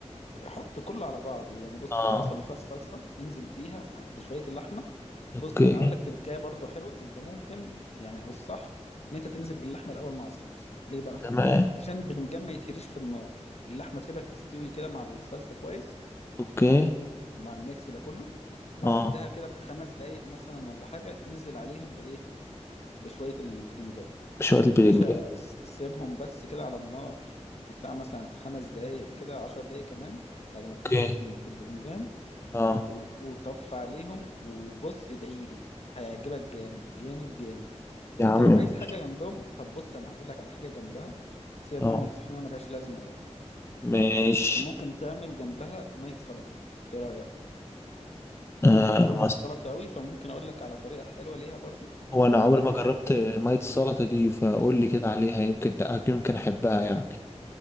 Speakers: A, on the left; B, on the left.
A: حط كله على بعضه يعني بص
B: اه
A: في الطاسه اللي فيها الصلصه انزل بيها ع- بشويه اللحمه
B: أوكي
A: بص انا هقول لك تركايه برضو حلوه انت ممكن يعني او الصح ان انت تنزل باللحمه الاول مع الصلصه ليه بقى
B: تمام
A: عشان البتنجان ما يتهريش في النار اللحمه تسيبها تستوي كده مع الصلصه كويس
B: أوكي
A: ومع الميكس ده كله وبعدها
B: اه
A: كده بخمس دقايق مثلا ولا حاجه انزل عليهم بايه بشويه البتنجان
B: شوية البتنجان
A: يا باشا س- سيبهم بس كده على النار بتاع مثلا خمس دقايق كده عشر دقايق كمان بعد ما
B: أوكي
A: تنزل بتن- بالبتنجان
B: اه
A: و- وطف عليهم وبص ادعي لي هيعجبك جامد جامد جامد
B: يا
A: انت
B: عم
A: لو
B: ماشي
A: عايز حاجه جنبهم طب بص انا هقول لك على حاجه جنبها سيبك
B: اه
A: بقى من الطحينه ملهاش لازمه قوي
B: ماشي
A: انت ممكن تعمل جنبها ميه سلطه ايه رايك
B: آه
A: انا بحب ميه السلطه قوي فممكن اقول لك على طريقه حلوه ليها برضو
B: هو انا
A: زي
B: عمري
A: بتاعه
B: ما
A: الحياتي
B: جربت
A: كده
B: ميه السلطه دي فقول لي كده عليها يمكن تأكل يمكن احبها يعني